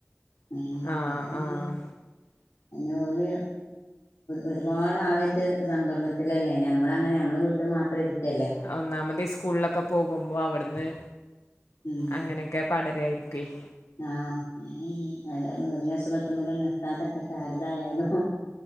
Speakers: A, on the left; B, on the left.
A: ഉം
B: ആഹ്
A: അതാണ്ള്ളത്
B: ആഹ്
A: അഹ് പിന്നെ ഓല് ഒരുപാട് ആളായിട്ട് സമ്പർക്കത്തിലല്ലേ നമ്മള അങ്ങനെ ഞമ്മ ള് വീട്ട് മാത്രം ഇരിക്കല്ലേ
B: അഹ് ഒന്നാമത് ഈ സ്കൂൾളൊക്കെ പോകുമ്പോ അവ്ട്ന്ന്
A: ഉം
B: അങ്ങനെ ക്കെ പടരായിരിക്കൊയ്
A: ആഹ് അതാണ് ള്ളത് <unintelligible> വീട്ടിലെ അസുഖത്ത്ന്നല്ലല്ലാ കിട്ടാതെക്കട്ടെ ആരെതായാലും